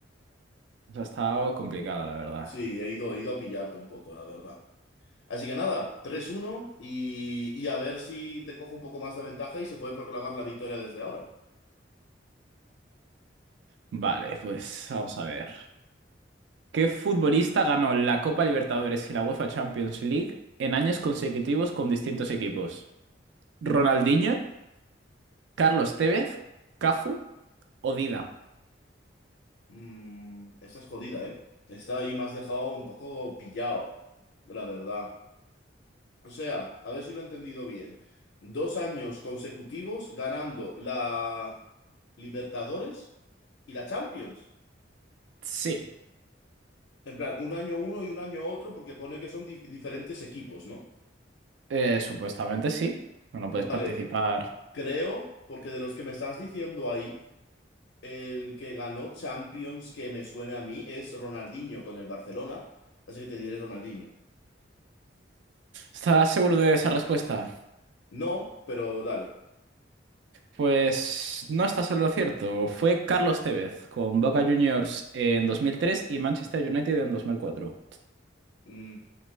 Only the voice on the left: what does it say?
Sí, he ido, he ido a pillarte un poco, la verdad. Así que nada, tres uno y, y a ver si te cojo un poco más de ventaja y se puede proclamar la victoria desde ahora.
Mm, esta es jodida, ¿eh? Esta ahí me has dejado un poco pillado, la verdad. O sea, a ver si lo he entendido bien. Dos años consecutivos ganando la Libertadores y la Champions.
En plan, un año uno y un año otro porque pone que son di- diferentes equipos, ¿no?
Vale,
creo, porque de los que me estás diciendo ahí... El que ganó Champions, que me suene a mí, es Ronaldinho con el Barcelona. Así que te diré Ronaldinho.
No, pero dale.
Mm,